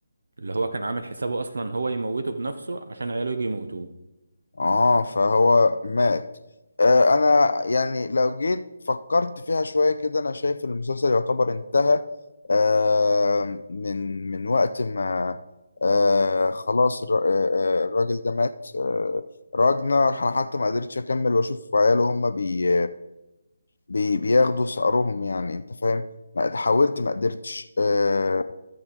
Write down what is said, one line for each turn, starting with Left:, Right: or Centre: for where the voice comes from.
Right: اللي هو كان عامل حسابه اصلا هو يموته بنفسه عشان عياله يجي يموتوه
Left: اه فهو مات آه انا يعني لو جيت فكرت فيها شوية كده انا شايف المسلسل يعتبر انتهى آه من من وقت ما آه خلاص الر- آه، آه، الراجل ده مات آه راجنر انا حتى ما قدرتش اكمل واشوف عياله هما بي بي بياخدوا ثأرهم يعني انت فاهم ما حاولت ما قدرتش آه